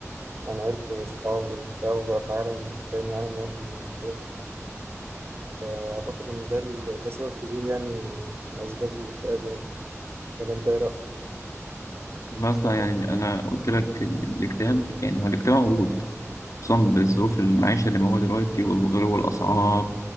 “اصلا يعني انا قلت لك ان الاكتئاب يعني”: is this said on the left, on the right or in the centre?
Left